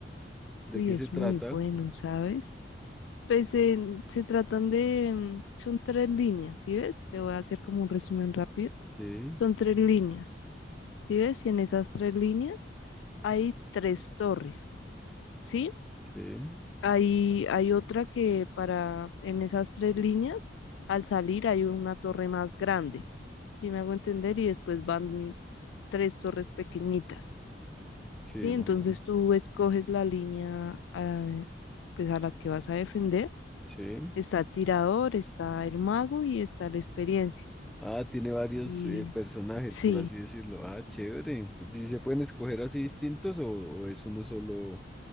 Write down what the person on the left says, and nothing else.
Uy,
es
muy bueno, ¿sabes? Pues eh, se tratan de, mm, son tres líneas, ¿sí ves? Te voy a hacer como un resumen rápido.
Son tres líneas, ¿sí ves? Y en esas tres líneas Hay tres torres, ¿sí?
Hay, hay otra que para, en esas tres líneas, al salir hay una torre más grande, sí me hago entender? Y después van tres torres pequeñitas,
¿sí?
Entonces
tú escoges la línea, eh, pues a la que vas a defender.
Está el tirador, está el mago y está la experiencia.
Y
sí,